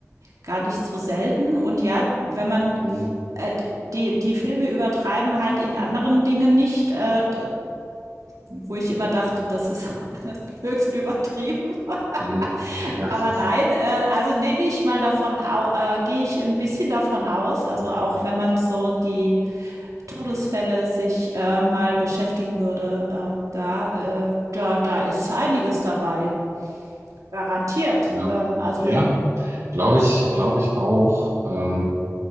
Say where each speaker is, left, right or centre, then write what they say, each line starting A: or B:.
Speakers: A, on the right (about 80°); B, on the right (about 60°).
A: gar nicht so selten. Und ja, wenn man
B: Mhm.
A: äh, die, die Filme übertreiben halt in anderen Dingen nicht, äh, wo ich immer dachte, das ist <laughs> höchst übertrieben. <laughs>
B: Mhm. Ja.
A: Aber
B: <laughs>
A: nein, äh, also nehme ich mal davon, au- äh, gehe ich ein bisschen davon aus, also
B: Mhm.
A: auch wenn man so die Todesfälle sich äh, mal beschäftigen würde, ähm, da, äh, da, da ist einiges dabei. Garantiert.
B: Ja.
A: Ähm, also,
B: Ja. Glaube ich, glaube ich auch. Ähm,